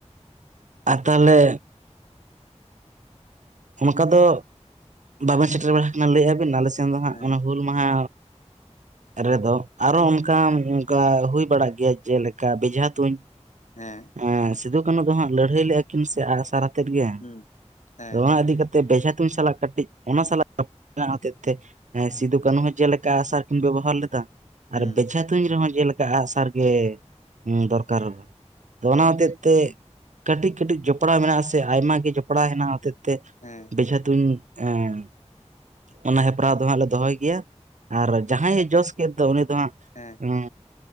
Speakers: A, on the right (about 85°); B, on the left (about 85°).
A: ᱟᱨ ᱛᱟᱦᱞᱮ ᱚᱱᱠᱟ ᱫᱚ ᱵᱟᱵᱮᱱ ᱥᱮᱴᱮᱨ ᱵᱟᱲᱟ ᱟᱠᱟᱱᱟ ᱞᱟᱹᱭ ᱮᱫᱼᱟᱵᱤᱱ ᱟᱞᱮ ᱥᱮᱱ ᱫᱚ ᱦᱟᱸᱜ
B: ᱦᱮᱸ
A: ᱚᱱᱟ ᱦᱩᱞ ᱢᱟᱦᱟ ᱨᱮᱫᱚ ᱟᱨᱚ ᱚᱱᱠᱟᱱᱼᱼ
B: ᱦᱮᱸ
A: ᱠᱟ ᱦᱩᱭ ᱵᱟᱲᱟᱜ ᱜᱮᱭᱟ ᱡᱮᱞᱮᱠᱟ ᱵᱮᱡᱷᱟ ᱛᱩᱧ
B: ᱦᱮᱸ
A: ᱮ ᱥᱤᱫᱩ ᱠᱟᱹᱱᱩ ᱫᱚ ᱦᱟᱸᱜ ᱞᱟᱹᱲᱦᱟᱹᱭ ᱞᱮᱜᱼᱟ ᱠᱤᱱ ᱥᱮ ᱟᱜᱥᱟᱨ ᱟᱛᱮᱜ ᱜᱮ ᱟᱫᱚ
B: ᱦᱩᱸ ᱦᱮᱸ
A: ᱚᱱᱟ ᱤᱫᱤ ᱠᱟᱛᱮ ᱵᱮᱡᱷᱟ ᱛᱩᱧ ᱥᱟᱞᱟᱜ ᱠᱟᱹᱴᱤᱡ ᱚᱱᱟ ᱥᱟᱞᱟᱜ ᱦᱚᱛᱮᱡ ᱛᱮᱼᱼ ᱦᱮᱸ ᱥᱤᱫᱩ ᱠᱟᱹᱱᱦᱩ ᱦᱚᱸ ᱡᱮᱞᱮᱠᱟ ᱟᱜᱥᱟᱨ ᱠᱤᱱ ᱵᱮᱵᱚᱦᱟᱨ ᱞᱮᱫᱟ
B: ᱦᱩᱸ
A: ᱟᱨ ᱵᱮᱡᱷᱟ ᱛᱩᱧ ᱨᱮ ᱦᱚᱸ ᱡᱮᱞᱮᱠᱟ ᱟᱜ ᱥᱟᱨ ᱜᱮ ᱫᱚᱨᱠᱟᱨᱚᱜᱼᱟ ᱟᱫᱚ ᱚᱱᱟ ᱦᱚᱛᱮᱡ ᱛᱮ ᱠᱟᱹᱴᱤᱡ ᱠᱟᱹᱴᱤᱡ ᱡᱚᱯᱲᱟᱣ ᱢᱮᱱᱟᱜ ᱥᱮ ᱟᱭᱢᱟ ᱜᱮ ᱡᱚᱯᱲᱟᱣ ᱦᱮᱱᱟᱜ ᱛᱮᱼᱼ ᱛᱮ
B: ᱦᱮᱸ
A: ᱵᱮᱡᱷᱟ ᱛᱩᱧ ᱮᱸ ᱚᱱᱟ ᱦᱮᱯᱨᱟᱣ ᱫᱚ ᱦᱟᱸᱜ ᱞᱮ ᱫᱚᱦᱚᱭ ᱜᱮᱭᱟ ᱟᱨ ᱡᱟᱸᱦᱟᱭ ᱮ ᱡᱚᱥ ᱠᱮᱫ ᱫᱚ ᱩᱱᱤ ᱫᱚ ᱦᱟᱸᱜ
B: ᱦᱮᱸ
A: ᱩᱸ